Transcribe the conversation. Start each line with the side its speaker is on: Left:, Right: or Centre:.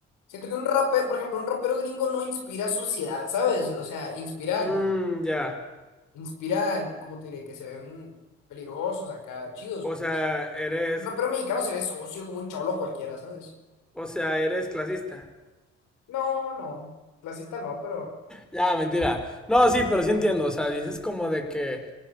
Left: Siento que un rapero, por ejemplo, un rapero gringo no inspira suciedad, ¿sabes? O sea, inspiran,
Centre: Mm, ya.
Left: inspiran, ¿cómo te diré? Que se ven peligrosos acá, chidos,
Centre: O
Left: pues.
Centre: sea, eres.
Left: Un rapero mexicano se ve socio como un cholo cualquiera, ¿sabes?
Centre: O sea, eres clasista.
Left: No, no, clasista no, pero,
Centre: Ya, mentira. No, sí, pero sí entiendo. O sea, dices como de que